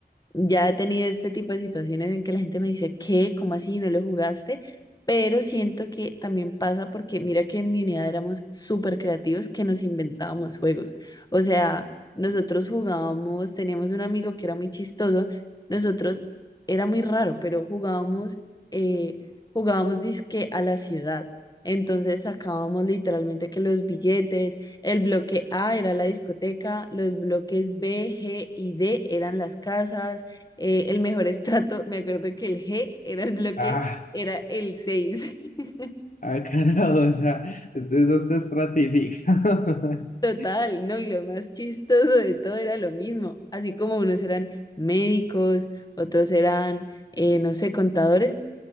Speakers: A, on the left; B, on the left.
A: Ya he tenido este tipo de situaciones en que la gente me dice, ¿qué? ¿Cómo así? ¿No lo jugaste? Pero siento que también pasa porque mira que en mi unidad éramos súper creativos que nos inventábamos juegos. O sea, nosotros jugábamos, teníamos un amigo que era muy chistoso, nosotros era muy raro, pero jugábamos, eh, jugábamos disque a la ciudad. Entonces sacábamos literalmente que los billetes, el bloque A era la discoteca, los bloques B, G y D eran las casas eh, el mejor estrato, me acuerdo que el G era el bloque,
B: Ah,
A: era el seis <laughs>
B: Ah, carajo, o sea, eso se estratifica. <laughs>
A: Total, ¿no? Y lo más chistoso de todo era lo mismo. Así como unos eran médicos, otros eran, eh, no sé, contadores,